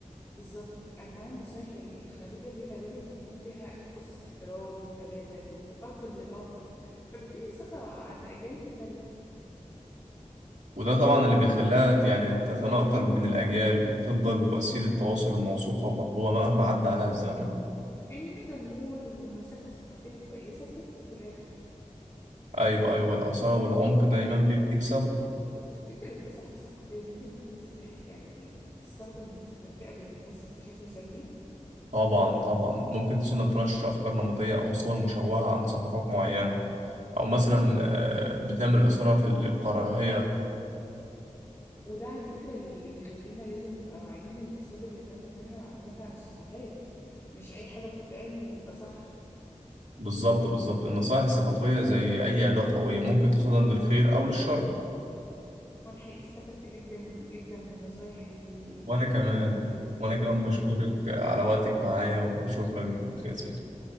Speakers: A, on the left; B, on the right.
A: بالظبط أنواع النصايح الخالدة دي غالبا بيكون فيها أسس احترام متبادل وتقبل للآخر فبتلاقي صدى عند أجيال مختلفة
B: وده طبعا اللي بيخليها يعني تتناقل بين الأجيال وتفضل وسيلة تواصل موثوقة ومحبوبة مهما عدى عليها الزمن
A: يعني نقدر نقول إن النصيحة الثقافية الكويسة بتكسب في الآخر
B: أيوه أيوه الأصالة والعمق دايما بيكسبوا
A: طب تفتكر النصيحة الثقافية ممكن تكون سلاح يعني تستخدم في التفرقة بين الناس بشكل سلبي؟
B: طبعا طبعا ممكن تستخدم في نشر أفكار نمطية أو صور مشوهة عن ثقافات معينة أو مثلا آه، بتعمل إثارة في للكراهية
A: وده على فكرة اللي بيخلينا لازم نبقى واعيين للمصادر اللي بناخد منها معلومات عن الثقافات مش أي حاجة بتتقال يبقى صح
B: بالظبط بالظبط النصائح الثقافية زي أي أداة قوية ممكن تستخدم للخير أو للشر
A: وأنا حقيقي استفدت جدا جدا من النصايح اللي
B: وأنا
A: إحنا
B: كمان
A: اتكلمنا فيها
B: وأنا كمان
A: النهاردة
B: بشكرك على وقتك معايا وشكرا جزيلا